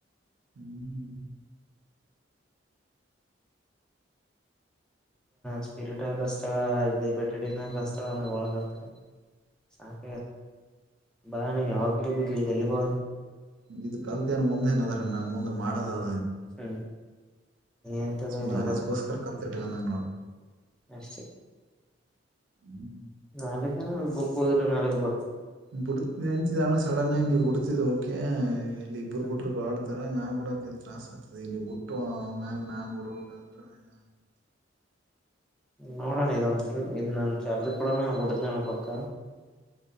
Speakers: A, on the right (about 85°); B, in the centre.
A: ಹ್ಮ್
B: ಸ್ಪಿರಿಟ್ ಆಸ್ತಳ ಇ ಬೆಟ್ಟಡಿನಾಗ ಕಸ್ತಳ ಒಳಗಂತರ ಸಾಫ ಬ ನೀ ಯಕಲಿ ಬ ತಲ್ಲಿಬ
A: ಇ ಕಲ್ತಏನ್ ಮುಂದೆ ಏನ ಅದಾರ ನಾ ಮುಂದೆ ಮಾಡದ ಅ
B: ಹ್ಮ್ ಎಂತದು
A: ಸೊ
B: ಎಲ್ಲ
A: ನ್ಯಾಲೇಸ್ಕರ ಕಲ್ ಇಟ್ಟಗೊಂಡ ನೋ
B: ಬ <unintelligible>
A: ಹ್ಮ್
B: ನಾಳಕ ಜನ ಬುಕ್ ಹೋದ್ರೆ ನಾಳಿದ್ದು ಬರ್
A: ಬಿಡದಣ ಸಡನ್ ಆಗಿ ನೀವ್ ಬಿಡ್ತಿದ್ ಓಕೆ ಇಲ್ಲಿ ಇಬರು
B: ಹ್ಮ್
A: ಬಿಟ್ರಗ ಆಡ್ತಾರ ನಾ ಬಿಡಕ ತತ್ರಾಸ ಆಗ್ತದೆ ನೀವು ಹುಟ್ಟು ಆಮ್ಯಾಗ ನಾನ್ ಬಿಡ್ಬೇಕಾದ್ರೆ ಏನ
B: ನೋಡೋಣ ಇದದುಚ ಇದು ನಾನ ಚ ಅಲ್ಲಿ ಕೂಡ ನಾ ಕೊಡ್ತ ಪಕ್ಕ